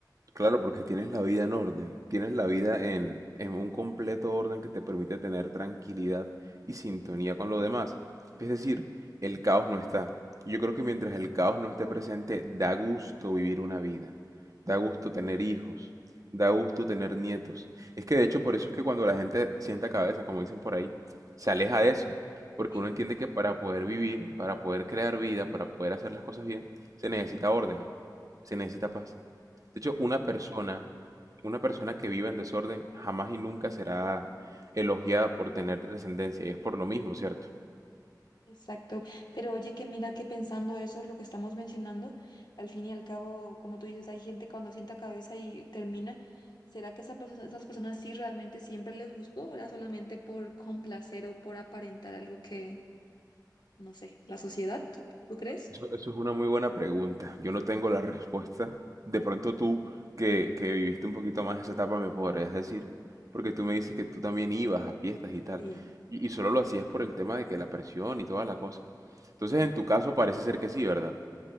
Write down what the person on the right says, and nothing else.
Claro, porque tienes la vida en orden, tienes la vida en, en un completo orden que te permite tener tranquilidad y sintonía con lo demás. Es decir, el caos no está. Yo creo que mientras el caos no esté presente, da gusto vivir una vida, da gusto tener hijos, da gusto tener nietos. Es que de hecho por eso es que cuando la gente sienta cabeza, como dicen por ahí, se aleja de eso, porque
uno entiende que para poder vivir, para poder crear vida, para poder hacer las cosas bien, se necesita orden, se necesita paz. De hecho, una persona, una persona que viva en desorden jamás y nunca será elogiada por tener descendencia, y es por lo mismo, ¿cierto?
Eso, eso es una muy buena pregunta. Yo no tengo la respuesta. De pronto tú, que, que viviste un poquito más esa etapa, me podrías decir, porque tú me dices que tú también ibas a fiestas y tal,
y, y solo lo hacías por el tema de que la presión y toda la cosa. Entonces,
en tu caso parece ser que sí, ¿verdad?